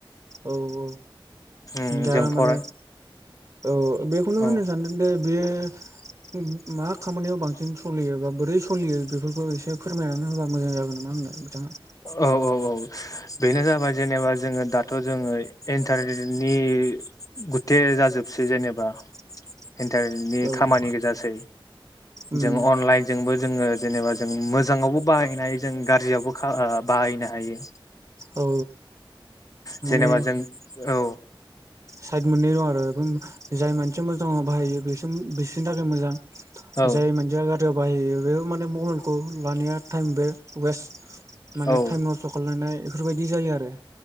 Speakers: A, on the right (about 40°); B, on the left (about 40°).
A: औ औ
B: उम
A: दा
B: जों
A: माने
B: फरा
A: औ बेखौनो
B: औ
A: होनो सानदों दे बेयो मा खामानियाव बांसिन सलियो बा बोरै सलियो बेफोरखौ एसे फोरमायनानै होबा मोजां जागोन नामा आंनो बिथाङा
B: औ औ औ बेनो जाबाय जेनेबा जोङो दाथ' जोङो इन्टारनेटनि गुथे जाजोबसै जेनेबा
A: <inaudible>
B: इन्टारनेटनि
A: औ
B: खामानि गोजासै
A: उम
B: जों अनलाइनजोंबो जोङो जेनेबा जों मोजाङावबो बाहायनाय जों गाज्रियावबो खा ओ बाहायनो हायो
A: औ
B: जेनेबा
A: माने
B: जों औ
A: साइद मोननै दं आरो जाय मानसिया मोजां बाहायो बेसो बिसोरनि थाखाय मोजां
B: औ
A: जाय मानसिया गाज्रियाव बाहायो बे माने मबाइलखौ लानाया टाइम वेस्ट माने
B: औ
A: टाइम नस्थ' खालामलायनाय बेफोरबायदि जायो आरो